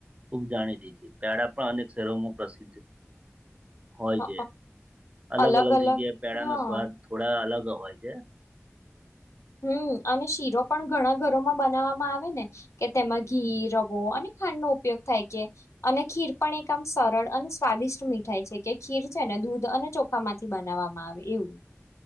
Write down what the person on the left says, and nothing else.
હઅ
અલગ અલગ
હા
હમ્મ અને શીરો પણ ઘણા ઘરોમાં બનાવવામાં આવે ને કે તેમાં ઘી રવો અને. ખાંડનો ઉપયોગ થાય છે. અને ખીર પણ એક આમ સરળ અને સ્વાદિષ્ટ મીઠાઈ છે કે, ખીર છે ને દૂધ અને ચોખા માંથી બનાવવામાં આવે એવું.